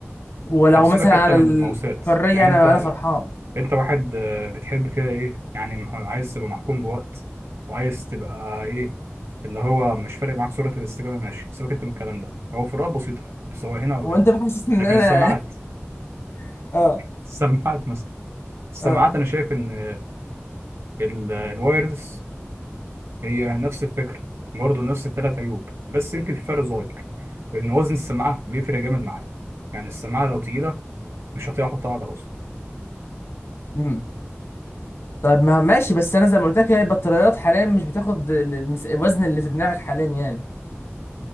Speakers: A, on the left; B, on the right.
A: ولو
B: طب سيبك
A: مثلا
B: انت
A: على
B: من
A: الحريه
B: الموساد يعني
A: انا
B: انت
A: انا فرحان
B: انت واحد آه، بتحب كده ايه يعني مح- عايز تبقى محكوم بوقت وعايز تبقى ايه اللي هو مش فارق معاك سرعه الاستجابه ماشي سيبك انت من الكلام ده هو فروقات بسيطه سواء هنا او
A: هو
B: هنا
A: انت بتحسسني ان
B: لكن
A: انا
B: السماعات
A: <laughs> اه
B: <laughs> السماعات مثلا السماعات
A: اه
B: انا شايف ان ال- الوايرلس هي نفس الفكرة برضه نفس الثلاث عيوب بس يمكن في فرق صغير لأن وزن السماعة بيفرق جامد معايا يعني السماعة لو تقيلة مش هطيق أحطها على راسي
A: امم طب ما ماشي بس انا زي ما قلت لك هي البطاريات حاليا مش بتاخد ال- المس- الوزن اللي في دماغك حاليا يعني